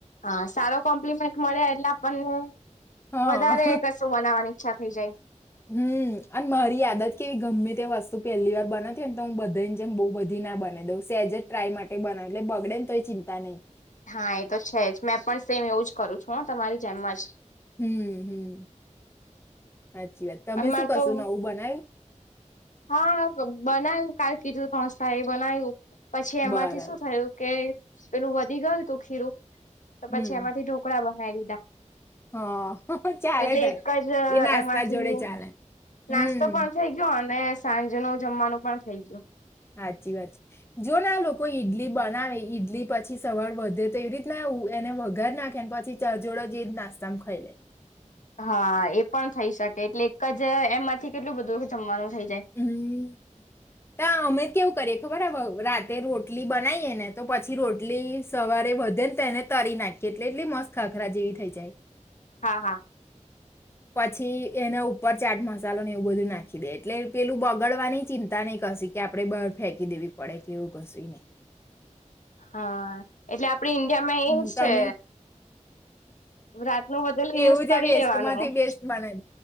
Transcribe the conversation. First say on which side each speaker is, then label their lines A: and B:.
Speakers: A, on the left; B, on the left.
A: હા, સારો કોમ્પ્લિમેન્ટ મળે એટલે આપણને
B: હા
A: વધારે કશું બનાવવાની ઈચ્છા હું જઉં.
B: હમ, અન મારી આદત કેવી ગમે તે વસ્તુ પેલી વાર બનાતી હોય ન તો હું બધાને જેમ બહુ બધી ના બનાઈ દઉં સેજ જ ટ્રાય માટે બનાવી એટલે બગડે ન તો એ ચિંતા નહીં.
A: હા, એ તો છે જ મેં પણ સેમ એવું જ કરું છું તમારી જેમ જ.
B: હમ હમ. સાચી વાત, તમે
A: અને મારે
B: શું કશું
A: તો
B: નવું બનાયુ?
A: હા, બનાય કાર કીધુ પહોચતા એ બનાયુ પછી એમાંથી
B: બરાબર
A: શું થયું કે પેલું વધી ગયુ તું ખીરો. તો
B: હમ
A: પછી એમાંથી ઢોકળા બ ના એટલ દા
B: હા ચાલે
A: એટલે
B: તાર
A: એક જ
B: એ નાસ્તા
A: એમાંથી
B: જોડે ચાલે હમ
A: નાસ્તો પણ થઇ ગ્યો અને સાંજનું જમવાનું પણ થઇ ગ્યો.
B: સાચી વાત છે, જોને આ લોકો ઈડલી બ ના ઈ ઈડલી પછી સવાર વધે તો એવી રીતના એને વઘાર નાખેન પછી ચા જોડ જે નાસ્તામાં ખઈલે.
A: હા, એ પણ થઈ શકે એટલે એક જ એમાંથી કેટલું બધું જમવાનું થઈ જાય
B: હમ, ત અમે કેવું કરીએ તો બરાબઉ રાતે રોટલી બનાઈએ ને તો પછી રોટલી સવારે વધેન તો એને તરી નાખીએ એટલે એટલી મસ્ત ખાખરા જેવી થઈ જાય.
A: હા હા.
B: પછી એના ઉપર ચાટ મસાલો ને એવું બધું નાખી દે એટલે પેલું બગાડવાની ચિંતા નહી કશી કે આપડે બાર ફેંકી દેવી પડે કે એવું કસુય નહી.
A: હા એટલે આપડ ઇન્ડિયામાં
B: હમ
A: એઇમ્સ
B: તમે
A: છે. રાતનું બધેલું
B: એવું
A: યુઝ
B: છે
A: કરી
B: બેસ્ટમાંથી
A: લેવાનું
B: બેસ્ટ છે,